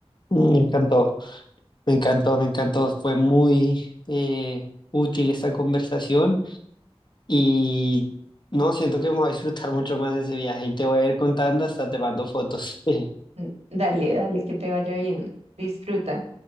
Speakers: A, on the left; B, on the right.
A: Mm, Me encantó. Me encantó, me encantó. Fue muy eh, útil esta conversación y no, siento que me voy a disfrutar mucho más de ese viaje y te voy a ir contando, hasta te mando fotos. <laughs>
B: N- Dale, dale, que te vaya bien, disfruta.